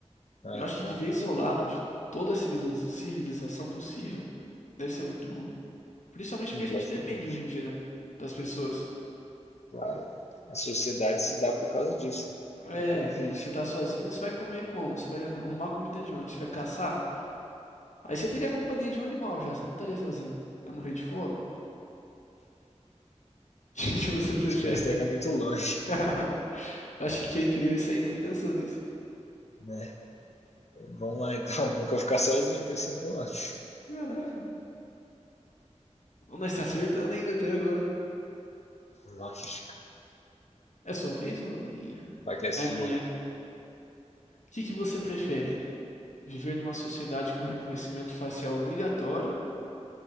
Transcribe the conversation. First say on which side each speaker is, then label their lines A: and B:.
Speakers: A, on the left; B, on the left.
A: Ah,
B: Eu acho que
A: tá.
B: viver isolado de toda a civili- civilização possível deve ser muito ruim. Principalmente
A: Completamente.
B: porque a gente depende hoje em dia, né? Das pessoas.
A: Claro. A sociedade se dá por causa disso, né?
B: É,
A: do convívio.
B: você tá sozinho, você vai comer como? Você vai arrumar comida de onde? Você vai caçar? Aí você teria a companhia de um animal já, você não estaria sozinho. Vai morrer de fome? <laughs> O que que você prefere?
A: Acho que nós estamos ainda muito longe,
B: <laughs> Acho que quem criou isso aí nem pensou nisso.
A: né? Vamos lá, então. <laughs> Nunca ficar sozinho por cinco anos.
B: Caraca. Nós tá acertando ainda até agora.
A: Lógico.
B: É sua vez ou a minha?
A: Vai que é sua.
B: É a minha. O que que você prefere? Viver numa sociedade com reconhecimento facial obrigatório